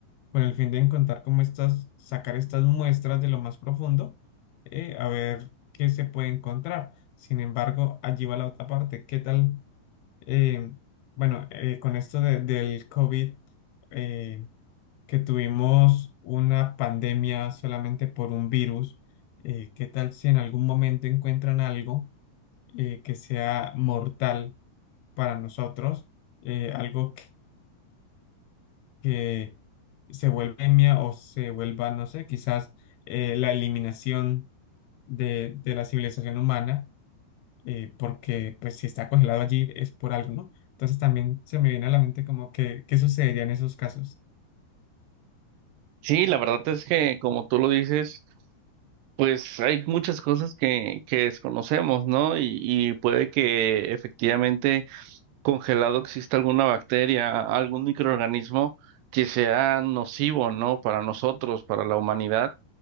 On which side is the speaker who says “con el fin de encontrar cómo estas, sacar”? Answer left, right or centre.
Left